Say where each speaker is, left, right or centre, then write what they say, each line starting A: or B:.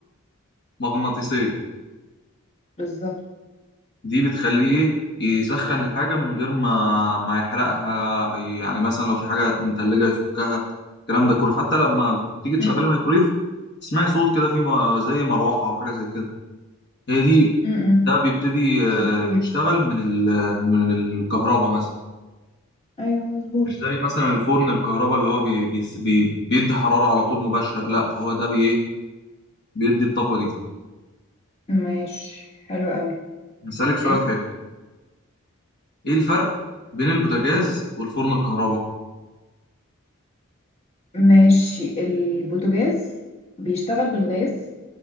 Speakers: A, on the left (about 50°); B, on the left (about 30°).
A: كهرومغناطيسية
B: بالظبط
A: دي بتخليه ايه يسخن الحاجة من غير ما ما يحرقها يعني مثلا لو في حاجة متلجة يفكها الكلام ده كله حتى لما بتيجي تشغلي
B: م-
A: الميكرويف تسمعي صوت كده في م- زي مروحة أو حاجة زي كده هي دي
B: م- م.
A: ده بيبتدي آه،
B: صوت الويفز
A: يشتغل من ال من الكهرباء مثلا
B: ايوه مظبوط
A: مش زي مثلا الفرن الكهرباء اللي هو بي بي بي- بيدي حرارة على طول مباشرة لا هو ده بي بيدي الطاقة دي
B: ماشي حلو قوي
A: هسألك سؤال
B: اسأل
A: حلو ايه الفرق بين البوتاجاز والفرن الكهرباء
B: ماشي البوتاجاز بيشتغل بالغاز